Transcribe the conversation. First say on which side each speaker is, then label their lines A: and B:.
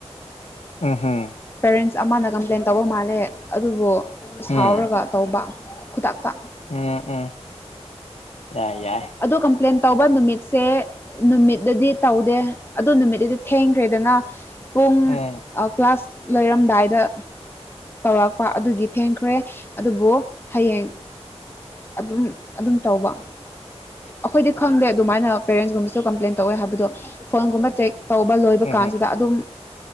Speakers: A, on the left; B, on the left.
A: ꯎꯍꯝ
B: ꯄꯦꯔꯦꯟꯁ ꯑꯃꯅ ꯀꯝꯄ꯭ꯂꯦꯟ ꯇꯧꯕ ꯃꯥꯜꯂꯦ ꯑꯗꯨꯕꯨ
A: ꯎꯝ
B: ꯁꯥꯎꯔꯒ ꯇꯧꯕ ꯈꯨꯗꯥꯛꯇ
A: ꯎꯝ ꯎꯝ ꯌꯥꯏ ꯌꯥꯏ
B: ꯑꯗꯨ ꯀꯝꯄ꯭ꯂꯦꯟ ꯇꯧꯕ ꯅꯨꯃꯤꯠꯁꯦ ꯁꯦ ꯅꯨꯃꯤꯠꯇꯗꯤ ꯇꯧꯗꯦ ꯑꯗꯨ ꯅꯨꯃꯤꯠꯇꯠꯇꯗꯤ ꯊꯦꯡꯈ꯭ꯔꯦꯗꯅ ꯄꯨꯡ
A: ꯑꯣꯥ
B: ꯀ꯭ꯂꯥꯁ ꯂꯣꯏꯔꯝꯗꯥꯏꯗ ꯇꯧꯔꯛꯄ ꯑꯗꯨꯒꯤ ꯊꯦꯡꯈ꯭ꯔꯦ ꯑꯗꯨꯕꯨ ꯍꯌꯦꯡ ꯑꯗꯨꯝ ꯑꯗꯨꯝ ꯇꯧꯕ ꯑꯩꯈꯣꯏꯗꯤ ꯈꯪꯗꯦ ꯑꯗꯨꯃꯥꯏꯅ ꯄꯦꯔꯦꯟꯁꯀꯨꯝꯕꯁꯨ ꯀꯝꯄ꯭ꯂꯦꯟ ꯇꯧꯋꯦ ꯍꯥꯏꯕꯗꯣ ꯐꯣꯟꯒꯨꯝꯕ ꯆꯦꯛ ꯇꯧꯕ ꯂꯣꯏꯕ
A: ꯎꯝꯍꯨꯝ
B: ꯀꯥꯟꯁꯤꯗ ꯑꯗꯨꯝ